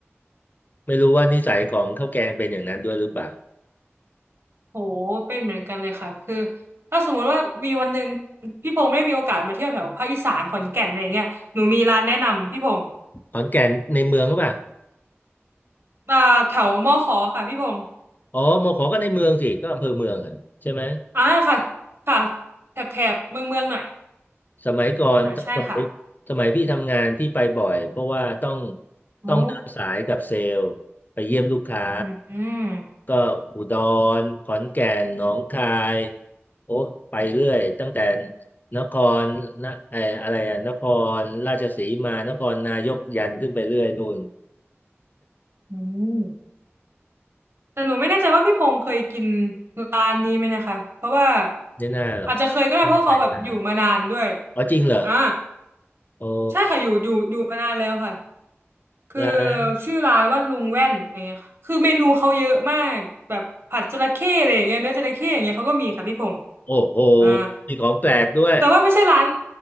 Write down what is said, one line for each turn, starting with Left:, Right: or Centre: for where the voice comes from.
Left: ไม่รู้ว่านิสัยของข้าวแกงเป็นอย่างนั้นด้วยหรือเปล่า
Right: โหเป็นเหมือนกันเลยค่ะคือถ้าสมมุติว่ามีวันหนึ่งพี่พงษ์ไม่มีโอกาสมาเที่ยวแถวภาคอีสานขอนแก่นอะไรอย่างเงี้ยหนูมีร้านแนะนำพี่พงษ์
Left: ขอนแก่นในเมืองก็ปล่ะ
Right: อ่าแถวมอขอค่ะพี่พงษ์
Left: อ๋อมอขอก็ในเมืองสิก็อำเภอเมืองอ่ะใช่ไหม
Right: อ่าค่ะค่ะแถบแถบเมืองเมืองหน่อย
Left: สมัยก่อนตอนสมัยสมัยพี่ทำงาน
Right: อ่าใช่ค่ะ
Left: พี่ไปบ่อย เพราะว่าต้อง
Right: โอ้
Left: ต้องเดินสายกับเซลล์ไปเยี่ยมลูกค้า
Right: อืม
Left: ก็อุดรขอนแก่นหนองคายโอ้ไปเรื่อยตั้งแต่นครนะไอออะไรอะนครราชสีมานครนายกยันขึ้นไปเรื่อยนู่น
Right: อืมแต่หนูไม่แน่ใจว่าพี่พงษ์เคยกินร้านนี้ไหมนะคะเพราะว่า
Left: ไม่น่าหรอกไม่ได้ไปนะ
Right: อาจจะเคยก็ได้เพราะเขาแบบอยู่มานานด้วย
Left: อ๋อจริงเหรอ
Right: อ่า
Left: โอ้
Right: ใช่ค่ะอยู่อยู่อยู่มานานแล้วค่ะคือ
Left: ร้าน
Right: ชื่อร้านว่าลุงแว่นอย่างเงี้ยค่ะคือเมนูเขาเยอะมากแบบผัดจระเข้อะไรอย่างเงี้ยเนื้อจระเข้อย่างเงี้ยเขาก็มีค่ะพี่พงษ์
Left: โอ้โห
Right: อ่า
Left: มีของแปลกด้วย
Right: แต่ว่าไม่ใช่ร้าน